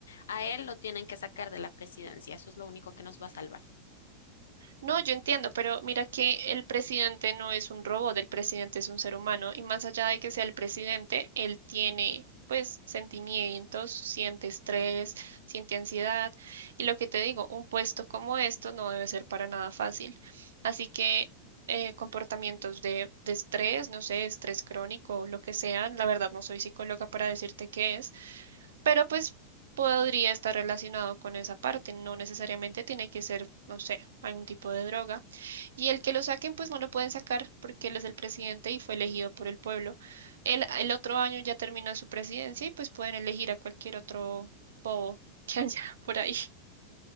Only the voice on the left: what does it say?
A él lo tienen que sacar de la presidencia. Eso es lo único que nos va a salvar.